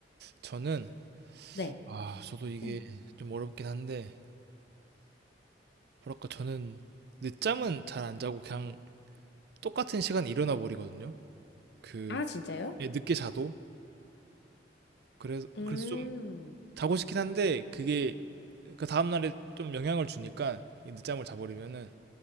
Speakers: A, on the right (about 60°); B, on the left (about 65°).
A: 저는
B: 네.
A: 아, 저도 이게
B: <clears throat>
A: 좀 어렵긴 한데 뭐랄까 저는 늦잠은 잘 안 자고 그냥 똑같은 시간에 일어나 버리거든요. 그
B: 아, 진짜요?
A: 예, 늦게 자도 그래서
B: 음,
A: 그래서 자고 싶긴 한데 그게 그 다음 날에 좀 영향을 주니까 이 늦잠을 자버리면은